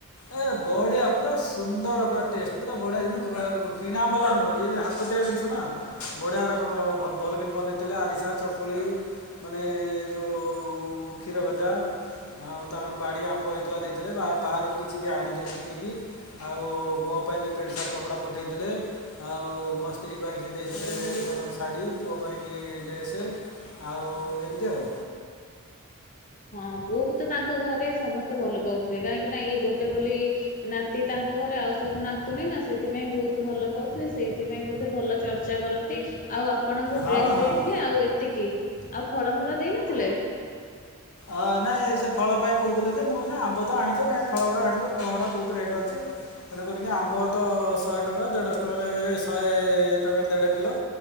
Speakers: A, on the left (about 80°); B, on the left (about 40°).
A: ଏ ବଢିଆ ପୁରା ସୁନ୍ଦର ପୁରା ଟେଷ୍ଟ ପୁରା ବଢିଆମ କିଣା ବାଲା ନୁହଁ। ସ ତିଆରି ଜିନିଷ ନା ବଢିଆ ରକମର ଭଲକରି ବନେଇଥିଲେ ଆରିସା, ଚକୁଳି। ମାନେ ଏ ଯେଉଁ କ୍ଷୀର ଭଜା। ଆଉ ତାଙ୍କର ବାଡି ଆମ୍ବ ହେଇଥିଲା ଦେଇଥିଲେ ବାହାରୁ କିଛି କି ଆଣିଥିଲେ କିଣିକି। ଆଉ ମୋ ପାଇଁ ବି ପ୍ୟାଣ୍ଟ ସାର୍ଟ କପଡା ପଠେଇଥିଲେ। ଆଉ ମୋ ସ୍ତ୍ରୀ ପାଇଁ ସେି ଦେଇଥିଲେ ତାଙ୍କର ଶାଢ଼ୀ ପୁଅ ପାଇଁକ ଡ୍ରେସ୍ ଆଉ ଏମିତି ଆଉ।
B: ହଁ ପୁଅକୁ ତ ତାଙ୍କ ଘରେ ସମସ୍ତେ ଭଲ ପାଉଥିବେ କାହିଁକି ନା ଇଏ ଗୋଟେ ବୋଲି ନାତି ତାଙ୍କ ଘରେ ଆଉ ସବୁ ନାତୁଣୀ ନା ସେଥିପାଇଁ ବହୁତ ଭଲ ପାଉଥିବେ ସେଇଥିପାଇଁ ବୋଧେ ଭଲ ଚର୍ଚ୍ଚା କରନ୍ତି ଆଉ ଆପଣଙ୍କୁ
A: ହଁ
B: ଡ୍ରେସ୍
A: ହଁ
B: ଦେଇଥିଲେ
A: ହଁ
B: ଆଉ ଏତିକି ଆଉ ଫଳମୂଳ ଦେଇନଥିଲେ?
A: ଅ ନାଇଁ ସେ ଫଳ ପାଇଁ କହୁଥିଲେ ଯେ ମୁ କିଲି ଆମ୍ବ ଆଣିଛ କାହିଁ ଫଳୁଡ଼ା ଆଣିବ ଫଳ ଗୁଡା ବହୁତ ରେଟ୍ ଅଛି। ତେଣେ କରିକି ଆମ୍ବ ତ ଶହେ ଟଙ୍କା ଦେଢ଼ଶହ ଟଙ୍କାରେ ଶହେ ଟଙ୍କାରେ ଦେଢ଼ କିଲୋ।